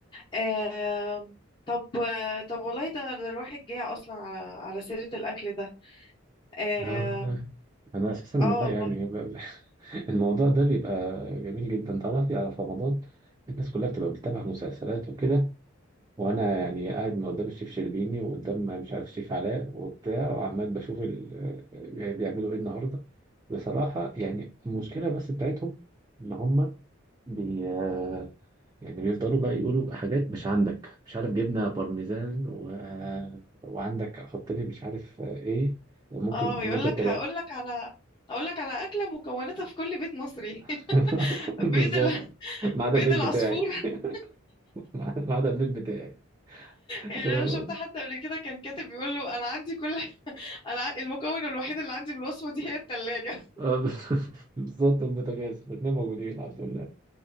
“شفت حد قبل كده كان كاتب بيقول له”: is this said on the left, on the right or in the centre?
Left